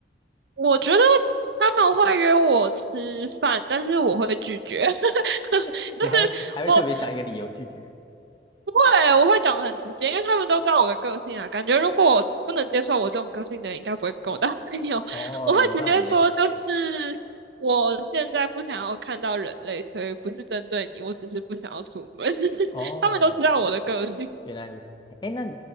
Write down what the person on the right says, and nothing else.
我觉得他们会约我吃饭，但是我会拒绝。<laughs> 就是我
不会，我会讲得很直接，因为他们都知道我的个性啊。感觉如果我不能接受我这种个性的人，应该不会跟我当朋友。<laughs>
我会直接说，
就是我现在不想要看到人类，所以不是针对你，我只是不想要出门。<laughs>
他们都知道我的个性，